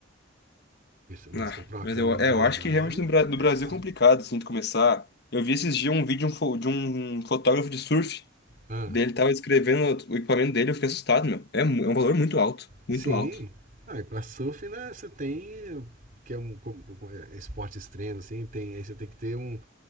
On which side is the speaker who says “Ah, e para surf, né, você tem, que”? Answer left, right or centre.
Right